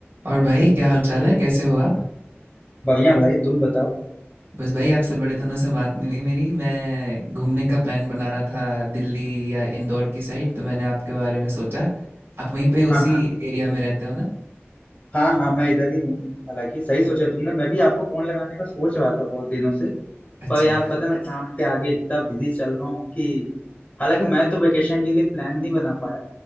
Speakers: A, on the right; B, on the left.
A: और भाई क्या हाल चाल है कैसे हो आप
B: बढ़िया भाई तुम बताओ
A: बस भाई आपसे बड़े दिनों से बात नहीं हुई मेरी मैं घूमने का प्लान बना रहा था दिल्ली या इंदौर की साइड तो मैंने आपके बारे में सोचा आप वहीं पे उसी
B: हाँ हाँ
A: एरिया में रहते हो ना
B: हाँ हाँ मैं इधर ही हूँ हालांकि सही सोचा तुमने मैं भी आपको फोन लगाने का सोच रहा था बहुत दिनों से
A: अच्छा
B: पर यार पता ना काम के आगे इतना बिजी चल रहा हूँ कि हालांकि मैं तो वेकेशन के लिए प्लान नहीं बना पाया